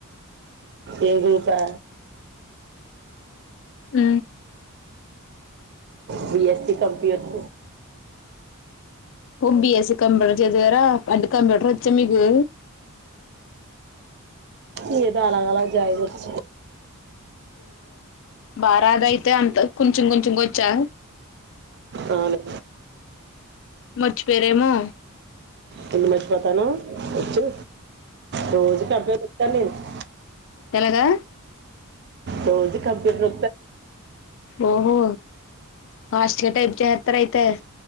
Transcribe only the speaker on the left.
అ
బ్బి అసి కంబడ దిరా అడ్ కం పచ్చ మీగు
బారధ అయితే అంత కొంచెం కొంచెంక వచ్చా
మర్చిపోయరేమో
ఎలాగా
ఓహో ఫాస్ట్ గా టైప్ చేయత్తార్ అయితే